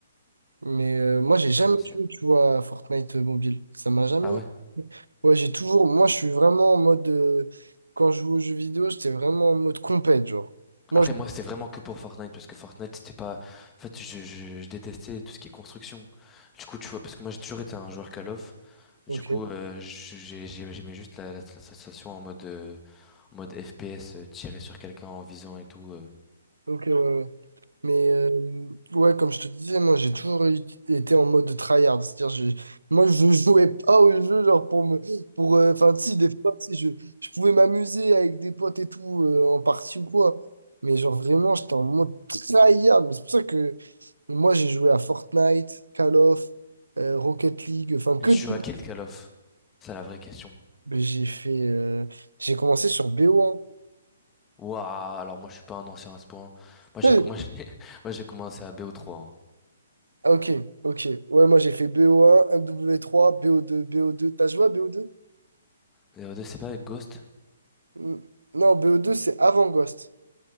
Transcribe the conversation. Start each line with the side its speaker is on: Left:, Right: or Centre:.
Right: Mais euh, moi j'ai jamais
Left: à l'ancienne.
Right: joué, tu vois, à Fortnite euh, mobile. Ça m'a jamais.
Left: Ah ouais?
Right: Ouais, j'ai toujours. Moi je suis vraiment en mode. euh, Quand je joue aux jeux vidéo, j'étais vraiment en mode compète, genre. Moi
Left: Après,
Right: je.
Left: moi, c'était vraiment que pour Fortnite, parce que Fortnite, c'était pas... En fait, je, je, je détestais tout ce qui est construction. Du coup, tu vois, parce que moi, j'ai toujours été un joueur Call of. Du
Right: Ok.
Left: coup, euh, je- j'ai- j'ai- j'aimais juste la, la sensation en mode, euh, en mode FPS, euh, tirer sur quelqu'un en visant et tout. euh.
Right: Ok, ouais, ouais. Mais euh, ouais, comme je te disais, moi j'ai toujours eu- été en mode tryhard. C'est-à-dire, j'ai- moi je jouais pas au jeu, genre pour me. Pour, euh, enfin, si, des fois, si, je, je pouvais m'amuser avec des potes et tout, euh, en partie ou quoi. Mais genre vraiment, j'étais en mode tryhard. Mais c'est pour ça que moi j'ai joué à Fortnite, Call of, euh, Rocket League, enfin que.
Left: Tu joues
Right: des-
Left: à quel Call of? C'est la vraie question.
Right: Mais J'ai fait. euh, j'ai commencé sur BO1.
Left: Waouh, alors moi, je suis pas un ancien à ce point. Moi, j'ai,
Right: Ouais,
Left: moi, j'ai,
Right: <laughs>
Left: <laughs> moi, j'ai commencé à BO3. hein.
Right: Ah, Ok, ok. Ouais, moi j'ai fait BO1, MW3, BO2, bo deux B O deux. T'as joué à bo deux
Left: BO2, c'est pas avec Ghost?
Right: Mm. Non, bo deux c'est avant Ghost.